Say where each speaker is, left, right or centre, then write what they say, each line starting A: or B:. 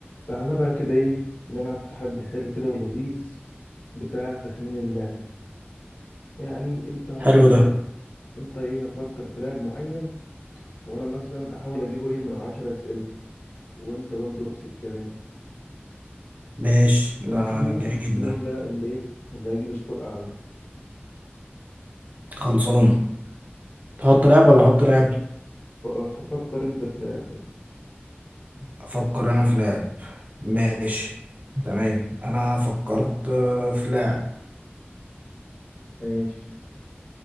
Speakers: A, on the left (about 50°); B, on the right (about 40°).
A: تعالى بقى كده ايه نلعب تحدي حلو كده ولذيذ بتاع تخمين اللاعب يعني انت هتفكر
B: حلو ده
A: انت ايه هتفكر في لاعب معين وانا مثلا احاول اجيبه ايه من عشر اسئلة وانت برضو نفس الكلام
B: ماشي
A: ونشوف
B: ده جميل
A: مين
B: ده
A: بقى اللي ايه اللي هيجيب سكور اعلى
B: خلصانة تحط لعب ولا احط لعب
A: ف- فكر انت في لاعب
B: افكر انا في لعب ماشي تمام انا فكرت آه، في لعب
A: ماشي